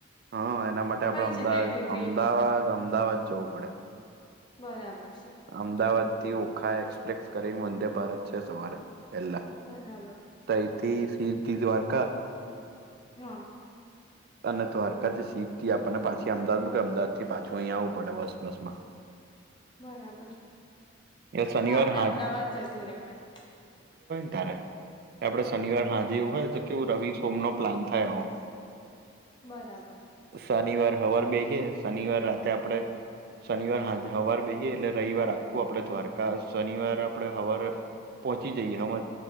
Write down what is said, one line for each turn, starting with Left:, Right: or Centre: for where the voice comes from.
Right: હા એના માટે આપડ
Left: કઈ
Right: અમદાવાદ
Left: જગ્યાએથી ટ્રેન
Right: અમદાવાદ
Left: ઉપડે
Right: અમદાવાદ જવું પડે.
Left: બરાબર. છે
Right: અમદાવાદથી ઓખા એક્સપ્રેસ કરી વંદે ભારત છે સવારે પેલા
Left: બરાબર
Right: તૈથી સી તી દ્વારકા
Left: હા.
Right: અને દ્વારકાથી સીધી આપને પાછી અમદાવાદ મુ કે અમદાવાદ થી પાછું અહીંયા આવવું પડે બસ બસ માં. <inaudible>
Left: બરાબર છે,
Right: શનિવાર
Left: તો આપડે
Right: હા
Left: અમદાવાદ જતું રેવાય.
Right: કયારે આપડે શનિવાર હા જે એવું હોય તો કે રવિ સોમ નો પ્લાન થાય આવો.
Left: બરાબર
Right: શનિવાર હવાર બેહીએ શનિવાર રાતે આપડે શનિવાર હાજે હવાર બેહી એ એટલે રવિવાર આખું આપડે દ્વારકા શનિવાર આપડે હવાર પહોંચી જઈએ હમજ.